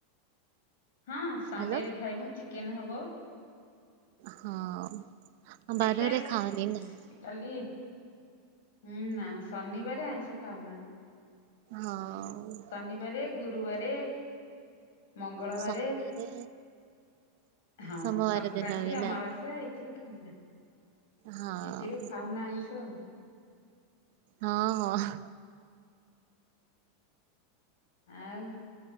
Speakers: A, on the left; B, on the right.
A: ହଁ ସଣ୍ଡେରେ
B: ହ୍ୟାଲୋ
A: ଖାଇବୁ ଚିକେନ୍ ହବ।
B: ହଁ
A: ଦେଖିବା
B: ବାରରେ ଖାଅନି ନା?
A: କାଲି ହୁଁ ନା ଶନିବାରେ ଆଇଁଷ ଖାଉନା।
B: ହଁଉଁ।
A: ଶନିବାରେ ଗୁରୁବାରେ ମଙ୍ଗଳବାରେ।
B: ସୋମବାରେ
A: ହଁ
B: ସୋମବାର
A: ସଂକ୍ରାନ୍ତି
B: ଦିନ ବି
A: ଅମାବାସ୍ୟା
B: ନା
A: ଏଇଥିରେ ଖାଉନା।
B: ହଁ
A: ଏଥିରେ ଖାଉନା ଆଇଁଷ ଆଉ।
B: ହଁ ହଁ।
A: ଆଉ